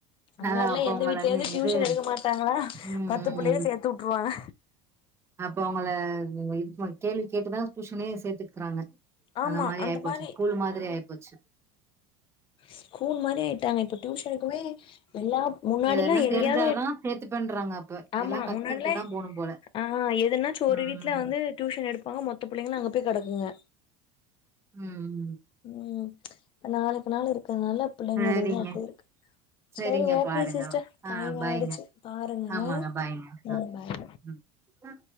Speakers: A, on the right; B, on the left.
A: நல்லா
B: முன்னாடில்லா
A: அப்ப
B: எந்த
A: உங்கள
B: வீட்லயாவது
A: மி
B: டியூஷன்
A: இது
B: எடுக்க மாட்டாங்ளா
A: ம்
B: பத்து
A: ம்
B: புள்ளகள
A: ம்
B: சேத்து வுட்டுருவாங்க
A: அப்ப அவுங்கள இது பண் கேள்வி கேட்டுதா டியூஷனே சேத்துக்குறாங்க
B: ஆமா அந்த
A: ஆயிப்போச்சு
B: மாரி
A: ஸ்கூல் மாதிரி
B: ஆ
A: ஆயிப்போச்சு
B: ஸ்கூல் மாரி ஆயிட்டாங்க இப்ப டியூஷனுக்குமே எல்லா முன்னாடிலா
A: இதெல்லா
B: எங்கேயாவது
A: தெரிஞ்சாதா சேத்துப்பேண்றாங்க அப்ப
B: ஆமா
A: எல்லாம் கத்துக்கிட்டு
B: முன்னாடலே
A: தான் போணும் போல
B: ஆ எதுனாச்சு ஒரு
A: ம்
B: வீட்ல வந்து டியூஷன் எடுப்பாங்க மொத்த புள்ளைங்ளு அங்க போய் கத் நடுக்குங்க
A: ம்
B: ம் இப்ப நாளுக்கு நாள் இருக்குறதுனால பிள்ளைங்களோட
A: சரிங்க
B: இது அப்டியேருக்கு
A: சரிங்க
B: சேரி ஓகே
A: பாருங்க
B: சிஸ்டர்
A: ஆ
B: டைம்
A: பாய்ங்க
B: ஆயிடுச்சு பாருங்க
A: ஆமாங்க பாய்ங்க
B: ம்
A: ஓகே
B: பாய்
A: ம்